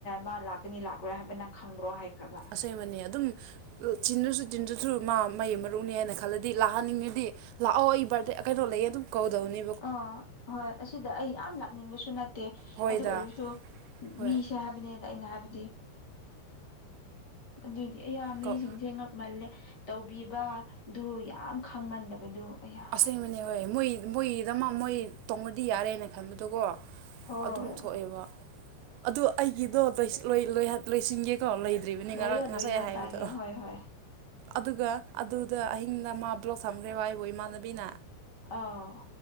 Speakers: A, on the left; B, on the right.
A: ꯃꯥ ꯂꯥꯛꯀꯅꯤ ꯂꯥꯛꯂꯣꯏ ꯍꯥꯏꯕ ꯅꯪ ꯈꯪꯕ꯭ꯔꯣ ꯍꯥꯏꯈ꯭ꯔꯕ
B: ꯑꯁꯦꯝꯕꯅꯤ ꯑꯗꯨꯝ ꯆꯤꯟꯗꯁꯨ ꯇꯤꯟꯗ꯭ꯔꯁꯨ ꯃꯥ ꯃꯩ ꯃꯔꯨꯞꯅꯤ ꯍꯥꯏꯅ ꯈꯜꯂꯗꯤ ꯂꯥꯛꯍꯟꯅꯤꯡꯉꯗꯤ ꯂꯥꯛꯑꯣ ꯑꯩ ꯕꯥꯔꯗꯦ ꯀꯩꯅꯣ ꯂꯩꯌꯦ ꯑꯗꯨꯝ ꯀꯧꯗꯧꯅꯤ
A: ꯑ ꯍꯣꯏ ꯑꯁꯤꯗ ꯑꯩ ꯌꯥꯝ ꯂꯥꯛꯅꯤꯡꯕꯁꯨ ꯅꯠꯇꯦ
B: ꯍꯣꯏꯗ
A: ꯑꯗꯨ ꯑꯣꯏꯔꯁꯨ
B: ꯍꯣꯏ
A: ꯃꯤꯁꯦ ꯍꯥꯢ ꯍꯥꯏꯕꯅꯦꯗ ꯑꯩꯅ ꯍꯥꯏꯕꯗꯤ ꯑꯗꯨꯒꯤ ꯑꯌꯥ ꯃꯤꯁꯤꯡꯁꯦ
B: ꯀꯧ
A: ꯉꯛ ꯃꯜꯂꯦ ꯇꯧꯕꯤꯕ ꯗꯨ ꯌꯥꯝ ꯈꯪꯃꯟꯗꯕꯗꯨ ꯑꯩꯌꯥ
B: ꯑꯁꯦꯡꯕꯅꯦ ꯍꯣꯏ ꯃꯣꯏ ꯃꯣꯏꯒꯤꯗꯃꯛ ꯃꯣꯏ ꯇꯣꯡꯉꯗꯤ ꯌꯥꯔꯦꯅ ꯈꯟꯕꯗꯨꯀꯣ
A: ꯍꯣꯏ
B: ꯑꯗꯨꯝ ꯊꯣꯛꯑꯦꯕ ꯑꯗꯨ ꯑꯩꯒꯤꯗꯣ ꯂꯣꯢ ꯂꯣꯢ ꯂꯣꯏꯁꯤꯟꯒꯦꯀꯣ ꯂꯩ ꯗ꯭ꯔꯤꯕꯅꯤ
A: ꯂꯣꯏꯌꯣ
B: ꯉꯔꯥꯡ
A: ꯂꯣꯏꯌꯣ
B: ꯉꯁꯥꯏ ꯍꯥꯏꯕꯗꯣ
A: ꯇꯥꯒꯦ ꯍꯣꯏ ꯍꯣꯏ
B: ꯑꯗꯨꯒ ꯑꯗꯨꯗ ꯑꯍꯤꯡꯗ ꯃꯥ ꯕ꯭ꯂꯣꯛ ꯊꯝꯈ꯭ꯔꯦꯕ ꯑꯩꯕꯣ ꯏꯃꯥꯟꯅꯕꯤꯅ
A: ꯑꯥ